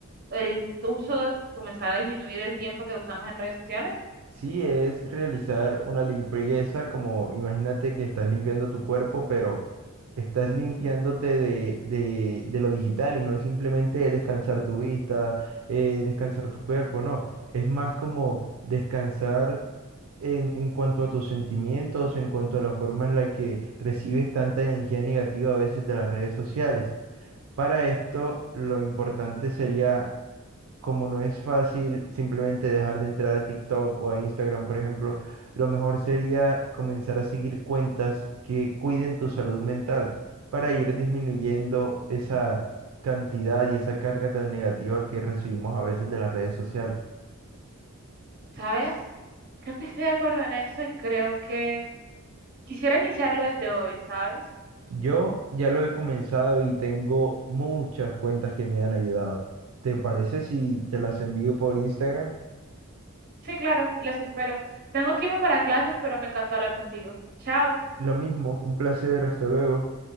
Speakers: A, on the right (about 45°); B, on the right (about 70°).
A: el uso, comenzar a disminuir el tiempo que usamos en redes sociales,
B: Sí, es realizar una limpieza, como imagínate que estás limpiando tu cuerpo, pero estás limpiándote de, de, de lo digital y no es simplemente descansar tu vista, eh, descansar tu cuerpo, no, es más como descansar en, en cuanto a tus sentimientos, en cuanto a la forma en la que recibes tanta energía negativa a veces de las redes sociales. Para esto, lo importante sería como no es fácil simplemente dejar de entrar a TikTok o a Instagram, por ejemplo, lo mejor sería comenzar a seguir cuentas que cuiden tu salud mental para ir disminuyendo esa cantidad y esa carga tan negativa que recibimos a veces de las redes sociales.
A: ¿sabes? Creo que estoy de acuerdo en eso y creo que quisiera iniciarlo desde hoy, ¿sabes?
B: Yo ya lo he comenzado y tengo muchas cuentas que me han ayudado. ¿Te parece si te las envío por Instagram?
A: Sí, claro, Les espero. Tengo que irme para clases, pero me encantó hablar contigo. Chao.
B: Lo mismo, un placer, hasta luego.